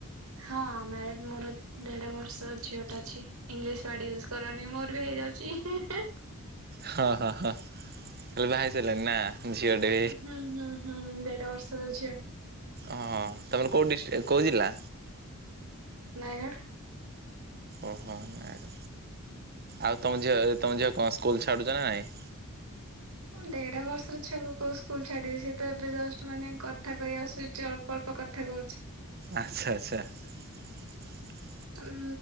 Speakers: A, on the right; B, on the right.
A: ହଁ ମ୍ୟାରେଡ ମୋର ଦେଢ ବର୍ଷ ଝିଅଟା ଅଛି ଇଂଲିଶ ୟୁଜ କରନି ମୋର ବି ହେଇଯାଉଛି ହିଁ ହିଁ
B: ହ ହ ହ ବିଭା ହେଇସାରିଲଣି ନା ଝିଅଟେ।
A: ହୁଁ ହୁଁ ହୁଁ ଦେଢ ବର୍ଷର ଝିଅ।
B: ଅ ତମର କୋଉଁ ଡିଷ୍ଟି କୋଉ ଜିଲ୍ଲା।
A: ନୟାଗଡ଼।
B: ଓହୋ ନାଇ ଆଉ ତମ ଝିଅ ତମ ଝିଅ କଣ ସ୍କୁଲ ଛାଡୁଛ ନା ନାଇଁ।
A: ଦେଢ ବର୍ଷର ଛୁଆକୁ କୋଉ ସ୍କୁଲ ଛାଡିବି ସିଏ ତ ଏବେ ଜଷ୍ଟ ମାନେ କଥା କହି ଆସୁଛି ଅଳ୍ପ। ଅଳ୍ପ କଥା କହୁଛି।
B: ଆଚ୍ଛା ଆଚ୍ଛା। <unintelligible>
A: ଉ